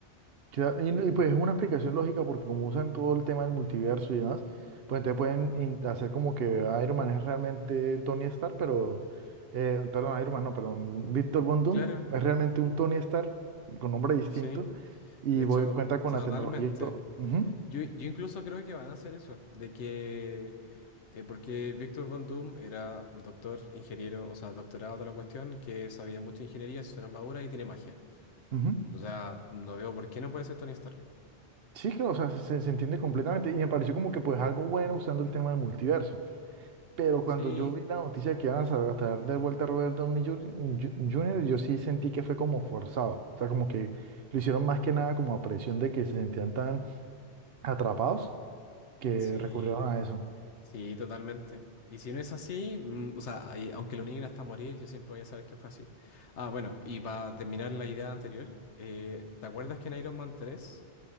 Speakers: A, on the right; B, on the left.
A: Cla- Y, y pues es una explicación lógica porque como usan todo el tema del multiverso y demás, pues entonces pueden in- hacer como que Iron Man es realmente Tony Stark, pero, eh, perdón, Iron Man, no, perdón, Víctor Von Doom
B: Claro,
A: es realmente un Tony Stark con nombre distinto
B: sí,
A: y
B: de hecho,
A: voy, cuenta con
B: totalmente.
A: la tecnología y todo. Ujú,
B: Yo, yo incluso creo que van a hacer eso, de que Eh, porque Víctor Von Doom era doctor, ingeniero, o sea, doctorado toda la cuestión, que sabía mucha ingeniería, se hizo una armadura y tiene magia.
A: ujú.
B: O sea, no veo por qué no puede ser Tony Stark.
A: Sí, claro, o sea, se, se entiende completamente y me pareció como que pues algo bueno usando el tema del multiverso. Pero
B: Sí,
A: cuando yo vi la noticia que iban a sa- a traer de vuelta a Robert Downey Junior Ju- junior, yo sí sentí que fue como forzado. O sea, como que lo hicieron más que nada como a presión de que se sentían tan atrapados que
B: sí,
A: recurrieron a eso.
B: sí, totalmente. Y si no es así, mm, o sea, ahí, aunque lo nieguen hasta morir, yo siempre voy a saber que fue así. Ah, bueno, y para terminar la idea anterior, eh, ¿te acuerdas que en Iron Man tres